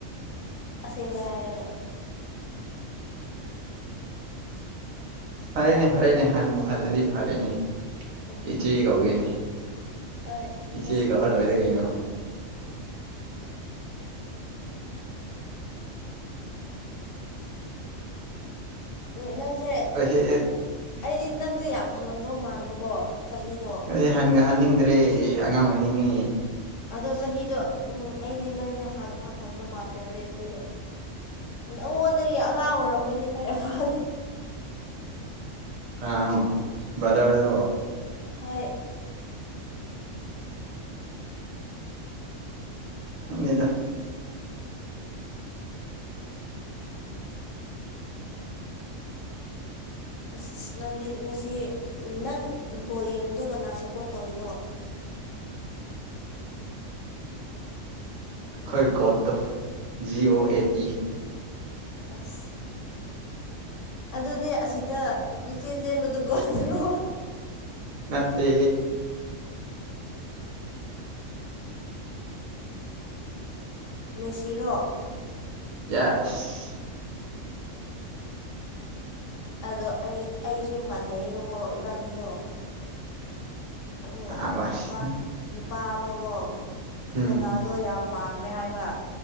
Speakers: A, on the left; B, on the right.
A: ꯑꯁꯦꯡꯕ ꯍꯥꯏꯔꯒ
B: ꯐꯔꯦꯅꯦ ꯐꯔꯦꯅꯦ ꯍꯟꯕꯨ ꯍꯜꯂꯗꯤ ꯐꯔꯦꯅꯦ
A: ꯎꯝ
B: ꯏꯆꯦ ꯀꯧꯒꯦꯅꯦ
A: ꯍꯣꯏ
B: ꯏꯆꯦ ꯀꯗꯔꯦ
A: ꯍꯣꯏ ꯏꯆꯦ
B: ꯀꯩꯩꯅ
A: ꯀꯧ ꯅꯣꯏ ꯅꯪꯁꯦ
B: ꯑꯩꯈꯣꯏꯁꯦ
A: ꯑꯩꯗꯤ ꯅꯪꯁꯦ ꯌꯥꯝ ꯍꯜꯂꯝꯗꯧ ꯃꯥꯟꯕꯀꯣ ꯆꯍꯤꯗꯣ
B: ꯑꯦ ꯍꯟꯒ ꯍꯥꯏꯟꯅꯤꯡꯗ꯭ꯔꯦ ꯑꯉꯥꯡ ꯑꯣꯏꯅꯤꯡꯉꯤ
A: ꯑꯗꯣ ꯆꯍꯤꯗꯣ ꯎꯝ ꯑꯩꯗꯤ ꯅꯪꯁꯦ ꯌꯥꯝ ꯍꯟꯕ ꯃꯥꯜꯂꯔꯨꯔꯦ ꯑꯗꯨꯒ ꯑꯩꯉꯣꯟꯗꯒꯤ ꯑꯉꯥꯡ ꯑꯣꯏꯔꯝꯒꯅꯤ ꯍꯥꯏꯔꯄꯗ
B: ꯀꯅꯥꯅꯣ ꯕꯗꯔꯔꯣ
A: ꯍꯣꯏ
B: ꯈꯪꯗꯦꯗ
A: ꯑꯁ ꯅꯪꯗꯤ ꯉꯁꯤ ꯅꯪ ꯕꯣꯜ ꯌꯦꯡꯕꯗꯣ ꯀꯅꯥ ꯁꯞꯄꯣꯔꯠ ꯇꯧꯔꯤꯅꯣ
B: ꯈꯣꯏꯒꯣꯠꯇ ꯖꯤꯑꯣ ꯑꯦ ꯇ
A: ꯑꯁ ꯑꯗꯨꯗꯤ ꯑꯁꯤꯗ ꯀꯆꯦꯟ ꯆꯦꯟꯕꯗꯨꯒꯠꯇꯔꯣ
B: ꯅꯠꯇꯦ
A: ꯃꯦꯁꯤꯔꯣ
B: ꯌꯦꯁ
A: ꯑꯗꯣ ꯑꯩ ꯑꯩꯁꯨ ꯃꯥꯟꯅꯩꯑꯕꯀꯣ ꯏꯕꯥꯅꯤꯗꯣ ꯑꯗꯣ
B: ꯁꯥꯕꯥꯁ
A: ꯅꯨꯄꯥ ꯅꯨꯄꯥ ꯑꯃꯒꯣ
B: ꯎꯝ
A: ꯔꯣꯅꯥꯜ ꯂꯣꯏ ꯌꯥꯝ ꯄꯥꯝꯃꯦ ꯍꯥꯏꯕ